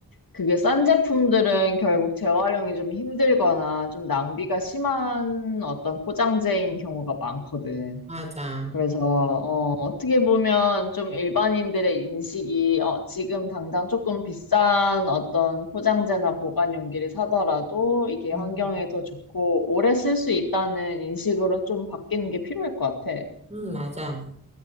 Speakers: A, on the left (about 70°); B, on the right (about 20°).
A: 그게 싼 제품들은 결국 재활용이 좀 힘들거나 좀 낭비가 심한 어떤 포장재인 경우가 많거든.
B: 맞아.
A: 그래서 어, 어떻게 보면 좀 일반인들의 인식이 어, 지금 당장 조금 비싼 어떤 포장재나 보관 용기를 사더라도 이게
B: 음,
A: 환경에 더 좋고 오래 쓸 수 있다는 인식으로 좀 바뀌는 게 필요할 것 같아.
B: 음, 맞아.